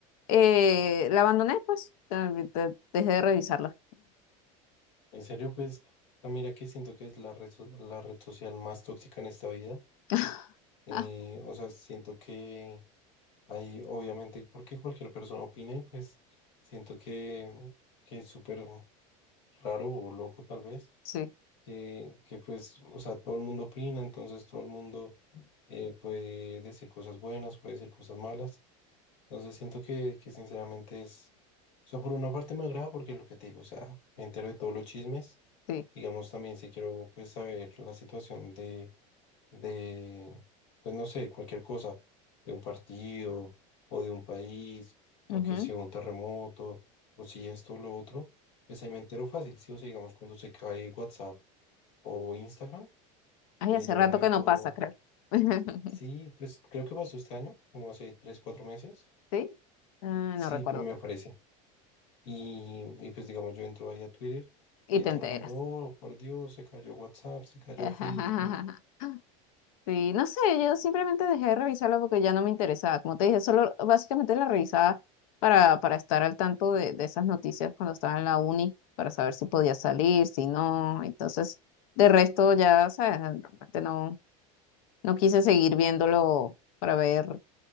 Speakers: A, on the left (about 85°); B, on the left (about 65°).
A: eh, la abandoné, pues, eh, de- dejé de revisarla.
B: en serio, pues, ah, mira que siento que es la red, so- la red social más tóxica en esta vida.
A: <laughs>
B: Eh,
A: Ah,
B: o sea, siento que hay, obviamente, porque cualquier persona opina y pues siento que, que es súper raro o loco tal vez,
A: sí.
B: que, que pues, o sea, todo el mundo opina, entonces todo el mundo eh, puede decir cosas buenas, puede decir cosas malas. Entonces siento que, que sinceramente es, o sea, por una parte me agrada porque lo que te digo, o sea, me entero de todos los chismes.
A: Sí.
B: Digamos, también si quiero pues saber la situación de de, pues no sé, cualquier cosa, de un partido o de un país, o
A: ujú.
B: que si hubo un terremoto, o si esto o lo otro, pues ahí me entero fácil, sí, o sea, digamos, cuando se cae WhatsApp o Instagram,
A: Ay,
B: eh,
A: hace
B: yo
A: rato
B: me meto,
A: que no pasa, creo. <laughs>
B: sí, pues creo que pasó este año, como hace 3 4 meses,
A: ¿Sí? Ah,
B: sí,
A: no recuerdo.
B: pues me aparece. Y, y pues digamos, yo entro ahí a Twitter
A: Y
B: y
A: te
B: todo
A: enteras.
B: el mundo, oh, por Dios, se cayó WhatsApp, se cayó
A: <laughs>
B: Facebook
A: Sí, no sé, yo simplemente dejé de revisarla porque ya no me interesaba. Como te dije, solo básicamente la revisaba para, para estar al tanto de, de esas noticias cuando estaba en la uni, para saber si podía salir, si no. Entonces, de resto ya, ¿sabes? Realmente no, no quise seguir viéndolo para ver